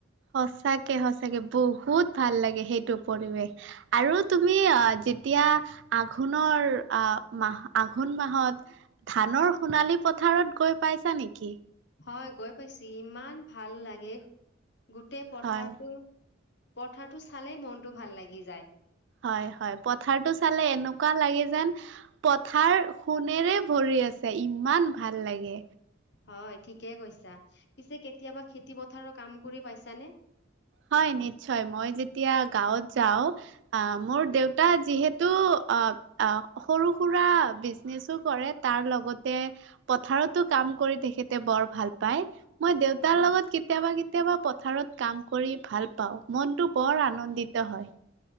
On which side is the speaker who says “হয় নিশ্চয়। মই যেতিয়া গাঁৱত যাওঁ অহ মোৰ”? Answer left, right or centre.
Right